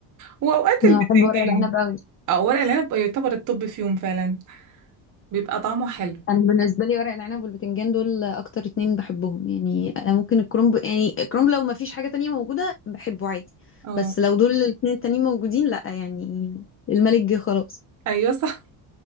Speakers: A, on the right; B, on the left.
A: وأوقات البتنجان
B: انا بحب ورق العنب قوي
A: أو ورق العنب يعتبر الطب فيهم فعلا بيبقى طعمه حلو
B: انا بالنسبه لي ورق العنب والبتنجان دول اكتر اتنين بحبهم يعني ممكن الكرنب يعني الكرنب لو ما فيش حاجه تانية موجوده بحبه عادي
A: اه
B: بس لو دول الاتنين التانيين موجودين لا يعني الملك جه خلاص
A: أيوة صح